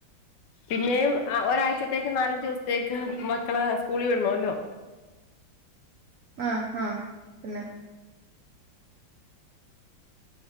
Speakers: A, on the left; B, on the right.
A: പിന്നേം ഒരാഴ്ചത്തേക്ക് നാലഞ്ചു ദിവസത്തേക്ക് മക്കള സ്കൂളി വിടണല്ലോ
B: ആഹ് ആഹ് പിന്നെ